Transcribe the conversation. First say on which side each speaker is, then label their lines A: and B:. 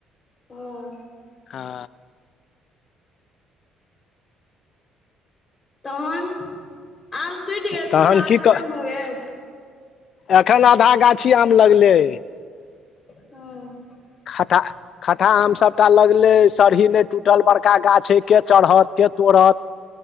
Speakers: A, on the left; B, on the left.
A: तहन
B: हँ
A: तहन आम टुटि गेल
B: तहन
A: पूरा
B: की
A: खतम
B: कह
A: भऽ गेल
B: एखन आधा गाछी आम लगले अय
A: हँ
B: खटठा खटठा आम सभटा लगलै सरही नहि टूटल बड़का गाछ एके चढ़त के तोड़त